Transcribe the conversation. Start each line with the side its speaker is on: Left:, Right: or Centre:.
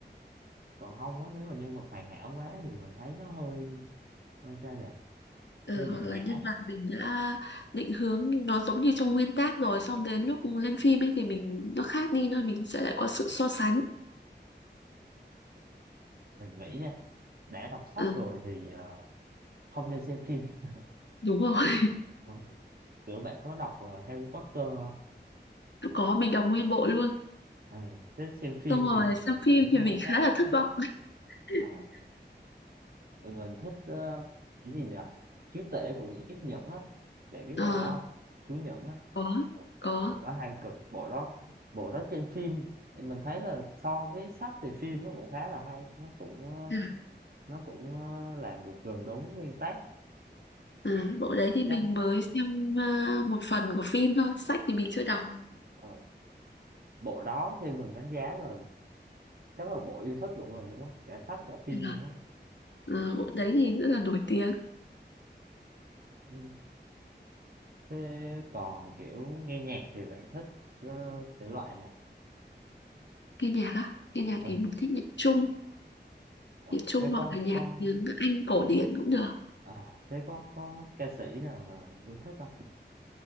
Right: còn không á nếu mà nhân vật hoàn hảo quá thì mình thấy nó hơi hơi sao nhỉ
Left: Ờ,
Right: hơi
Left: hoặc
Right: dễ
Left: là
Right: dã
Left: nhân vật mình đã định hướng nó giống như trong nguyên tác rồi xong đến lúc lên phim ấy thì mình nó khác đi nên mình sẽ lại có sự so sánh.
Right: mình nghĩ nha đã đọc sách
Left: Ờ,
Right: rồi thì ờ, không nên xem phim <laughs>
Left: đúng rồi, <laughs>
Right: Không, kiểu bạn có đọc ờ, Harry Potter không?
Left: có mình đọc nguyên bộ luôn.
Right: Ừ, thế xem phim
Left: Xong rồi
Right: thì
Left: xem
Right: kiểu
Left: phim
Right: nó
Left: thì
Right: một
Left: mình khá
Right: khác
Left: là
Right: đúng
Left: thất
Right: không
Left: vọng. <laughs>
Right: Ờ, tụi mình thích ờ, cái gì nhỉ chúa tể của những chiếc nhẫn á bạn biết
Left: Ờ,
Right: bộ đó không chú nhẫn á
Left: có,
Right: bộ,
Left: có.
Right: bộ đó hay cực bộ đó bộ đó trên phim thì mình thấy là so với sách thì phim nó cũng khá là hay nó cũng ờ,
Left: Dạ.
Right: nó cũng ờ, làm được gần đúng nguyên tác
Left: À, bộ đấy thì
Right: chắc
Left: mình mới xem à, một phần của phim thôi, sách thì mình chưa đọc.
Right: ờ, bộ đó theo mình đánh giá là chắc là bộ yêu thích của mình luôn á cả sách cả phim
Left: Thế là,
Right: luôn á
Left: à, bộ đấy thì rất là nổi tiếng.
Right: ừ. thế còn kiểu nghe nhạc thì bạn thích ờ, thể loại nào
Left: Nghe nhạc á, nghe nhạc
Right: ừ.
Left: thì mình thích nhạc Trung,
Right: ờ.
Left: nhạc Trung
Right: thế
Left: hoặc
Right: có
Left: là nhạc
Right: có
Left: tiếng Anh cổ điển cũng được.
Right: à, thế có có ca sĩ nào mà yêu thích không